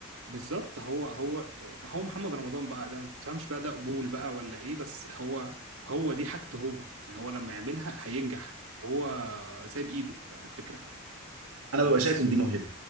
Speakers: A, on the right; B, on the right.
A: بالظبط هو هو آه، هو محمد رمضان بقى ده ما تفهمش بقى ده قبول بقى ولا ايه بس هو هو دي حاجته هو يعني هو لما يعملها هينجح وهو سايب ايده فاهم الفكره
B: انا
A: بس
B: ببقى شايف ان دي موهبه